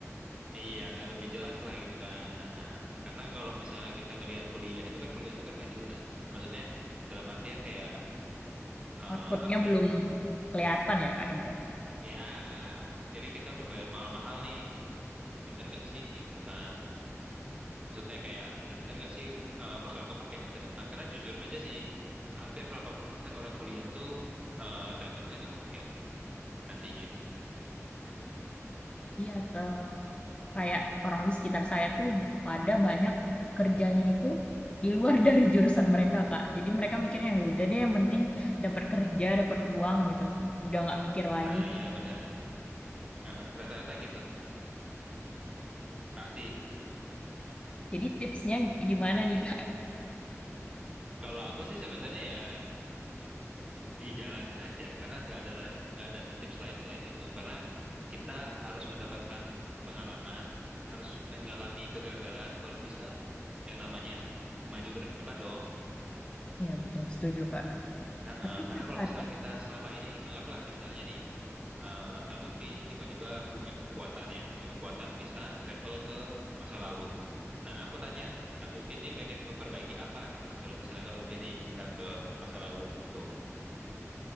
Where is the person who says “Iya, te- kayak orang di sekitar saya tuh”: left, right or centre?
Left